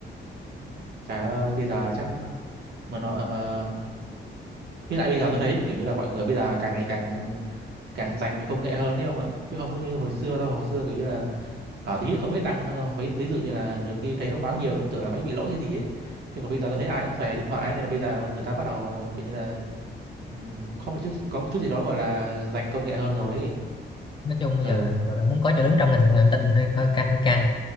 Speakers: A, on the right (about 60°); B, on the left (about 25°).
A: trời ơi bây giờ chắc mà nó mà với lại bây giờ tôi thấy kiểu như là mọi người bây giờ càng ngày càng càng dành về công nghệ hơn đấy không ạ chứ không có như hồi xưa đâu hồi xưa kiểu như là Ờ, tí không biết đăng ờ, ví, ví dụ như là nhiều khi thấy thông báo nhiều cũng tưởng là máy bị lỗi hay gì ấy chứ còn bây giờ tôi thấy ai cũng xài điện thoại ấy, nên là bây giờ người ta bắt đầu kiểu như là ừm, có một chút có một chút gì đó gọi là dành công nghệ hơn rồi ấy.
B: nói chung bây
A: ừ
B: giờ gọi là muốn có chỗ đứng trong ngành công nghệ thông tin hơi hơi căng hơi căng